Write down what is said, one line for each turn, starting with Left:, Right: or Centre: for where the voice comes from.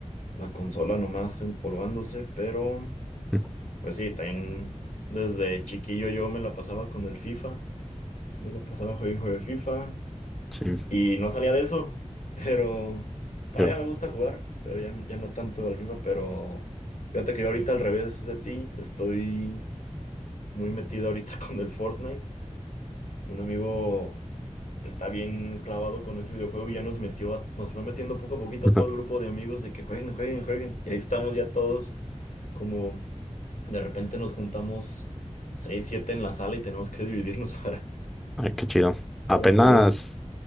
Left: la consola nomás empolvándose. Pero,
Centre: <laughs>
Left: pues sí, también desde chiquillo yo me la pasaba con el FIFA. Me lo pasaba juego de FIFA.
Centre: Sí,
Left: Y no salía de eso. <laughs> Pero todavía
Centre: yo.
Left: me gusta jugar. Pero ya, ya no tanto al FIFA. Pero fíjate que yo ahorita al revés de ti. Estoy muy metido ahorita <laughs> con el Fortnite. Un amigo. está bien clavado con ese videojuego y ya nos metió a- nos fue metiendo poco a poquito
Centre: <laughs>
Left: a todo el grupo de amigos de que jueguen, jueguen, jueguen. Y ahí estamos ya todos, como de repente nos juntamos seis, siete en la sala y tenemos que dividirnos <laughs> para,
Centre: Ay, qué chido.
Left: para
Centre: Apenas,
Left: poder.